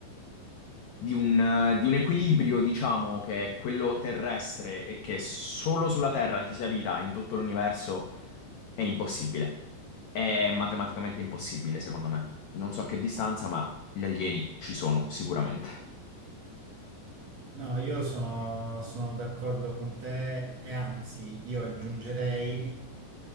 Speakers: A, on the left; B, on the right.
A: di un, eh, di un equilibrio, diciamo, che è quello terrestre e che solo sulla Terra ci sia vita in tutto l'universo è impossibile. È matematicamente impossibile, secondo me. Non so a che distanza, ma gli alieni ci sono sicuramente.
B: No, io sono, sono d'accordo con te e anzi, io aggiungerei